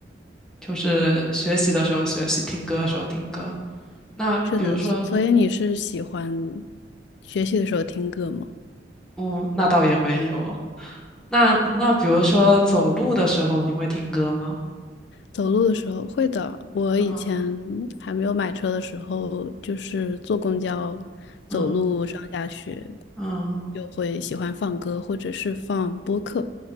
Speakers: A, in the centre; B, on the left.
A: 就是学习的时候学习，听歌的时候听歌。那比如说，
B: 是的，所所以你是喜欢学习的时候听歌吗？
A: 哦，那倒也没有。那那比如说走路的时候，你会听歌吗？
B: 走路的时候会的。我以前
A: 嗯
B: 还没有买车的时候，就是坐公交、走路上下学，
A: 嗯嗯
B: 就会喜欢放歌，或者是放播客。